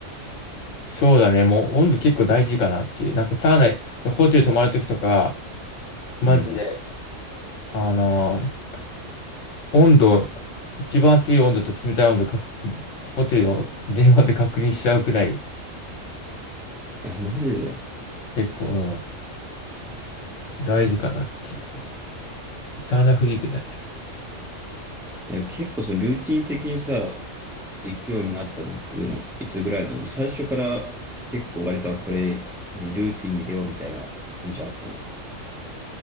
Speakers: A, on the left; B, in the centre.
A: そうだね、もう温度結構大事かなっていう。なんかサウナ、ホテル泊まるときとか、マジで、
B: うん。
A: あのー温度、一番熱い温度と冷たい温度か、ホテルを電話で確認しちゃうくらい、
B: あ、マジで。
A: 結構、うん、大事かなっていう。サウナフリークだね。
B: え結構そのルーティン的にさ、行くようになったのってでも、いつぐらいなの最初から結構割とはこれ、何、ルーティンに入れようみたいな感じあったの